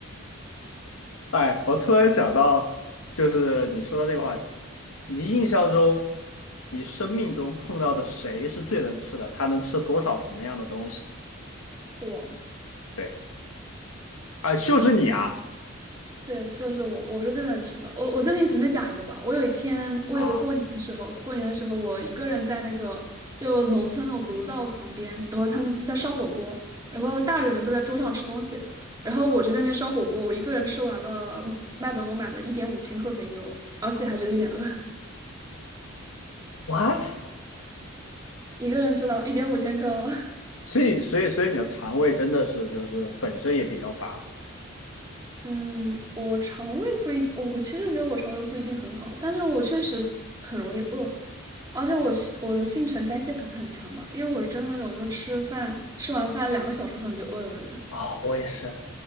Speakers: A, on the left; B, on the right.
A: 哎，我突然想到，就是你说到这个话题，你印象中，你生命中碰到的谁是最能吃的？他能吃多少什么样的东西？
B: 我。
A: 对，啊、就是你啊
B: 对，就是我，我是最能吃的。我我就给你随便讲一个吧。我有一天，我有个过年的时候，
A: 啊
B: 过年的时候，我一个人在那个就农村那种炉灶旁边，然后他们在烧火锅，然后大人们都在桌上吃东西，然后我就在那边烧火锅，我一个人吃完了麦德龙买的一点五千克肥牛，而且还觉得有点饿，
A: ，what？
B: <laughs> 一个人吃了一点五千克哦。
A: 所以，所以，所以你的肠胃真的是就是本身也比较大
B: 嗯，我肠胃不一，我我其实觉得我肠胃不一定很好，但是我确实很容易饿，而且我新我的新陈代谢可能很强吧，因为我是真的那种就吃饭吃完饭两个小时可能就饿了的人。
A: 哦，我也是。